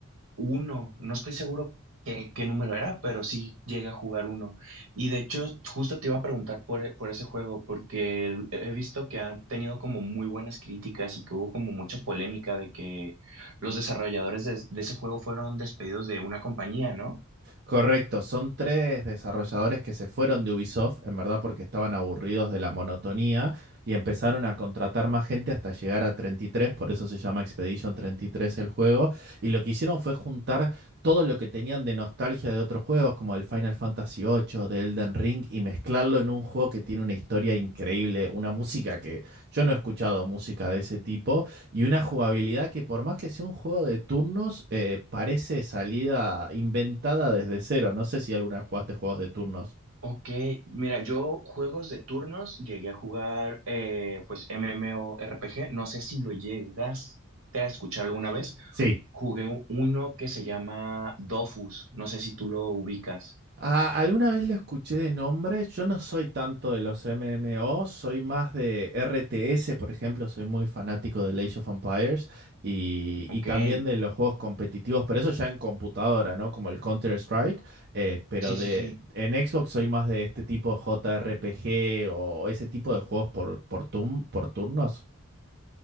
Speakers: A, on the right; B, on the right.
A: uno, no estoy seguro qué, qué número era, pero sí llega a jugar uno. Y de hecho, justo te iba a preguntar por, e, por ese juego, porque el- he visto que han tenido como muy buenas críticas y que hubo como mucha polémica de que los desarrolladores de, de ese juego fueron despedidos de una compañía, ¿no?
B: Correcto, son tres desarrolladores que se fueron de Ubisoft, en verdad porque estaban aburridos de la monotonía y empezaron a contratar más gente hasta llegar a 33, por eso se llama Expedition treinta y tres el juego, y lo que hicieron fue juntar todo lo que tenían de nostalgia de otros juegos como el Final Fantasy ocho, de Elden Ring, y mezclarlo en un juego que tiene una historia increíble, una música que yo no he escuchado música de ese tipo, y una jugabilidad que por más que sea un juego de turnos, eh, parece salida inventada desde cero. No sé si alguna vez jugaste juegos de turnos.
A: Ok, mira, yo juegos de turnos llegué a jugar eh, pues MMORPG, no sé si lo llegaste a escuchar alguna vez,
B: Sí,
A: jugué u- uno que se llama Dofus, no sé si tú lo ubicas.
B: Ah, alguna vez lo escuché de nombre. Yo no soy tanto de los MMO, soy más de RTS, por ejemplo. Soy muy fanático de Age of Empires y,
A: Ok,
B: y también
A: sí,
B: de los juegos competitivos, pero eso ya en computadora, ¿no? Como el Counter-Strike. eh, pero
A: sí,
B: de,
A: sí.
B: en Xbox soy más de este tipo de JRPG o ese tipo de juegos por, por, tum- por turnos.